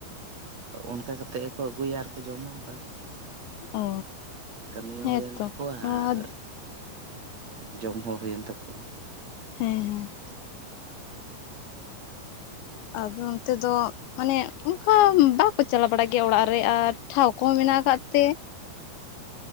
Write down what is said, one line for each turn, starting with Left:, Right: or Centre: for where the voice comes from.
Right: ᱚᱱᱠᱟ ᱠᱟᱛᱮᱜ ᱜᱮᱠᱚ ᱟᱹᱜᱩᱭᱟ ᱟᱨ ᱠᱚ ᱡᱚᱢᱟ ᱵᱟᱥ᱾
Left: ᱚ
Right: ᱠᱟᱹᱢᱤ ᱦᱚᱸ
Left: ᱦᱮᱸᱛᱚ
Right: ᱦᱳᱭᱮᱱ ᱛᱟᱠᱚᱣᱟ,
Left: ᱱᱚᱣᱟ
Right: ᱟᱨ ᱡᱚᱢ ᱦᱚᱸ ᱦᱩᱭᱮᱱ ᱛᱟᱠᱚᱣᱟ᱾
Left: ᱦᱮᱸ ᱦᱮᱸ᱾ ᱟᱫᱚ ᱚᱱᱛᱮ ᱫᱚ ᱢᱟᱱᱮ ᱚᱝᱠᱟ ᱵᱟᱠᱚ ᱪᱟᱞᱟ ᱵᱟᱲᱟᱜ ᱜᱮᱭᱟ ᱚᱲᱟᱜ ᱨᱮ, ᱟᱨ ᱴᱷᱟᱶ ᱠᱚᱦᱚᱸ ᱢᱮᱱᱟᱜ ᱟᱠᱟᱫ ᱛᱮ